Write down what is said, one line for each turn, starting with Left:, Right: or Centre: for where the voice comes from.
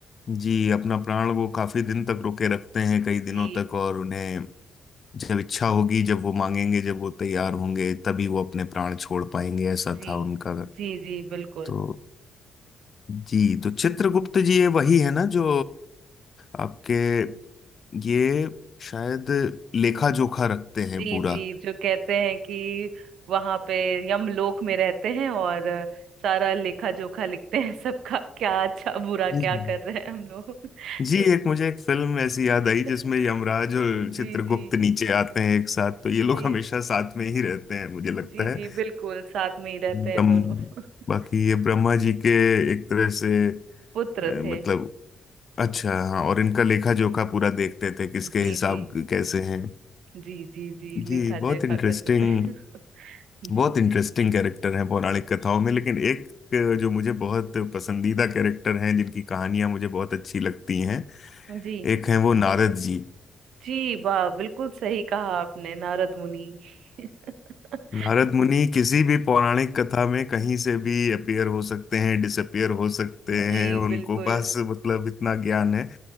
Left: जी अपना प्राण वो काफी दिन तक रोके रखते हैं कई दिनों
Right: जी
Left: तक और उन्हें जब इच्छा होगी जब वो मांगेंगे जब वो तैयार होंगे तभी वो अपने प्राण छोड़ पाएंगे ऐसा
Right: जी
Left: था उनका
Right: जी जी बिल्कुल
Left: तो जी तो चित्रगुप्त जी ये वही है ना जो आपके ये शायद लेखा जोखा रखते हैं
Right: जी
Left: पूरा
Right: जी जो कहते हैं कि वहां पे यमलोक में रहते हैं और सारा लेखा जोखा लिखते हैं सबका क्या अच्छा बुरा क्या
Left: जी
Right: कर रहे हैं हम लोग <laughs>
Left: जी,
Right: तो
Left: एक मुझे एक फिल्म ऐसी याद
Right: <laughs>
Left: आई जिसमें यमराज और चित्रगुप्त
Right: जी जी
Left: नीचे आते हैं एक साथ तो ये लोग
Right: जी
Left: हमेशा साथ में ही रहते हैं मुझे लगता
Right: जी जी
Left: है
Right: बिल्कुल साथ में ही रहते
Left: एकदम
Right: हैं दोनों <laughs>
Left: बाकी ये ब्रह्मा जी के एक तरह से
Right: पुत्र
Left: अ, मतलब
Right: थे
Left: अच्छा हाँ और इनका लेखा जोखा पूरा देखते थे किसके
Right: जी
Left: हिसाब
Right: जी
Left: कैसे हैं
Right: जी जी जी
Left: जी
Right: लेखा
Left: बहुत
Right: जोखा
Left: इंटरेस्टिंग
Right: करते थे <laughs> जी
Left: बहुत इंटरेस्टिंग
Right: जी
Left: कैरेक्टर हैं पौराणिक कथाओं में लेकिन एक अ, जो मुझे बहुत पसंदीदा कैरेक्टर हैं जिनकी कहानियां मुझे बहुत अच्छी लगती हैं
Right: जी
Left: एक हैं वो नारद जी
Right: जी वाह बिल्कुल सही कहा आपने नारद मुनि <laughs>
Left: नारद मुनि किसी भी पौराणिक कथा में कहीं से भी अपीयर हो सकते हैं डिसअपियर हो सकते
Right: जी
Left: हैं उनको
Right: बिल्कुल
Left: बस मतलब इतना ज्ञान है